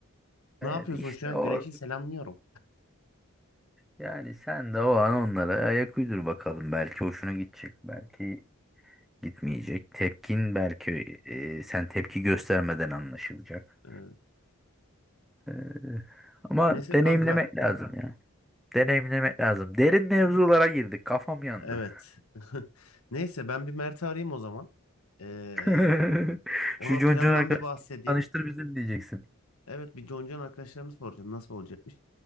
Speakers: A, in the centre; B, on the left.
A: Evet
B: Ne yapıyorsun
A: işte
B: şu an?
A: o
B: Güneşi selamlıyorum.
A: yani sen de o an onlara ayak uydur bakalım belki hoşuna gidecek belki Gitmeyecek. Tepkin belki e, sen tepki göstermeden anlaşılacak.
B: Ee,
A: E, ama
B: neyse
A: deneyimlemek
B: kanka.
A: lazım ya. Deneyimlemek lazım. Derin mevzulara girdik. Kafam yandı.
B: Evet. <laughs> Neyse ben bir Mert'i arayayım o zaman. Ee,
A: <laughs>
B: ona
A: Şu Concun
B: plandan
A: arkadaşla
B: bir bahsedeyim.
A: tanıştır bizim diyeceksin.
B: Evet bir Joncan arkadaşlarını soracağım nasıl olacakmış.